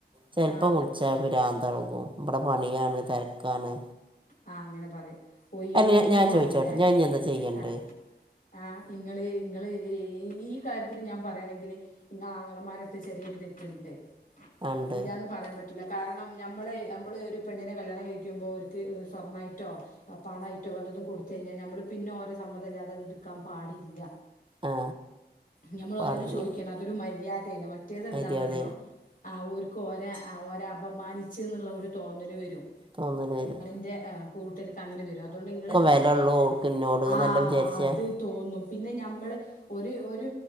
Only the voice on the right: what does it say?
ചെൽപ്പം
വ്ൾച്ച് ച്ചാ ഭ്രാന്തളെകും ബെടെ പണിയാണ് തെര്ക്കാണ്
ഞാൻ ഞാൻ
ചോദിച്ചോട്ടെ ഞാൻ ഇനി എന്താ ചെയ്യണ്ടേ
ഉണ്ട്
ആ
പാടില്ല
മര്യാദ
തോന്നല് വെരും
വില ഉള്ളൂ
ഓൾക്ക് എന്നോട് എന്നല്ല
വിചാരിച്ചേ